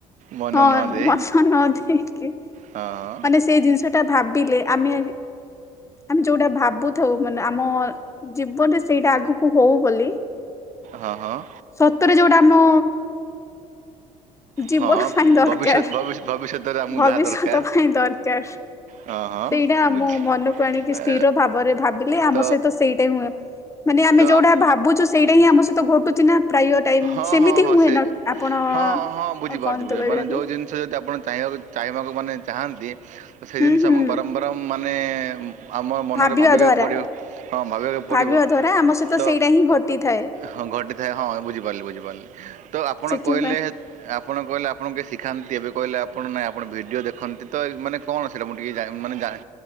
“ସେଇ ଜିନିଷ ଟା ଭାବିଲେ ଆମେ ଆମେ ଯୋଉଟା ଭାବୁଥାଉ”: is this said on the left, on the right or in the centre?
Left